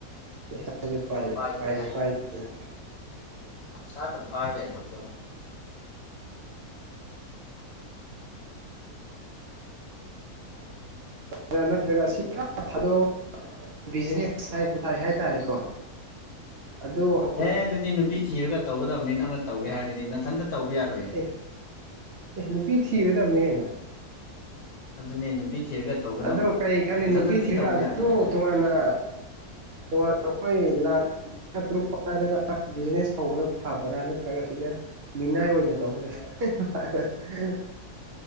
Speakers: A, on the right (about 70°); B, on the left (about 75°).
A: ꯄꯩꯁꯥꯖꯦ ꯄꯥꯏ
B: ꯄꯥꯏꯗꯦ
A: ꯄꯥꯏꯝꯅꯦ
B: ꯍꯥꯏꯗꯦ
A: ꯄꯥꯏ <unintelligible> <unintelligible> <unintelligible>
B: ꯄꯩꯁꯥ ꯑꯗꯨꯝ ꯄꯥꯏ ꯂꯩꯔꯕꯗꯕꯨ
A: ꯅꯠꯇ꯭ꯔꯒ ꯁꯤ <unintelligible> ꯊꯥꯗꯣꯛ <unintelligible> ꯕꯤꯖꯤꯅꯦꯁ ꯍꯥꯏꯕꯨ ꯇꯥꯔꯦ ꯍꯥꯏ ꯇꯥꯔꯦꯀꯣ ꯑꯗꯨ ꯍꯧ
B: ꯑꯦ ꯑꯗꯨꯗꯤ ꯅꯨꯄꯤ ꯊꯤꯔꯒ ꯇꯧꯒꯗꯕꯅꯤ ꯅꯪꯅ ꯇꯧꯒꯦ ꯍꯥꯏꯔꯒꯗꯤ ꯅꯊꯟꯇ ꯇꯧꯕ ꯌꯥꯔꯣꯏꯌꯦ
A: ꯑꯦ ꯑꯦ ꯅꯨꯄꯤ ꯊꯤꯔꯗꯝꯅꯦ ꯀꯩꯅꯣ
B: ꯑꯗꯨꯅꯦ ꯅꯨꯄꯤ ꯊꯤꯔꯒ ꯇꯧꯒꯗꯕ
A: ꯑꯗꯣ ꯀꯩ ꯈꯜꯂꯤ
B: ꯅꯊꯟꯅꯗꯤ
A: ꯅꯨꯄꯤ ꯊꯤꯔꯒꯥ
B: ꯇꯧꯕ ꯌꯥꯔꯣꯏ
A: <unintelligible> ꯇꯣꯉꯥꯟꯅ ꯇꯣꯉꯥꯟꯅ ꯈꯣꯏ ꯂꯥꯛ ꯇꯥ ꯇ꯭ꯔꯨꯛ ꯄꯥꯏꯔꯒ ꯕꯤꯖꯤꯅꯦꯁ ꯍꯧꯕꯅ ꯐꯕ꯭ꯔꯥ ꯅꯠꯇ꯭ꯔꯒ ꯁꯤꯗ ꯃꯤꯅꯥꯏ ꯑꯣꯏꯅ ꯇꯧ ꯂꯩꯔꯦ <unintelligible>